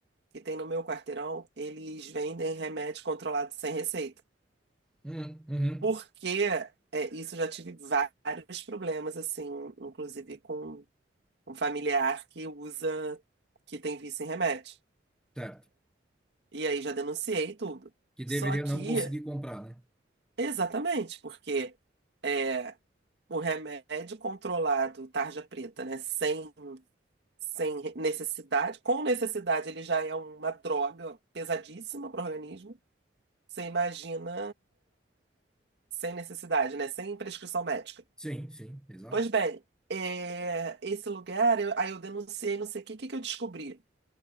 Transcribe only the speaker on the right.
que tem no meu quarteirão, eles vendem remédio controlado sem receita.
Porque é, isso eu já tive vários problemas, assim, inclusive com um familiar que usa, que tem vício em remédio.
E aí já denunciei tudo.
Só que,
exatamente, porque é, o remédio controlado, tarja preta, né, sem, sem necessidade, com necessidade ele já é uma droga pesadíssima para o organismo. Você imagina Sem necessidade, né? Sem prescrição médica.
Pois bem, é, esse lugar, eu- aí eu denunciei, não sei o que, o que que eu descobri?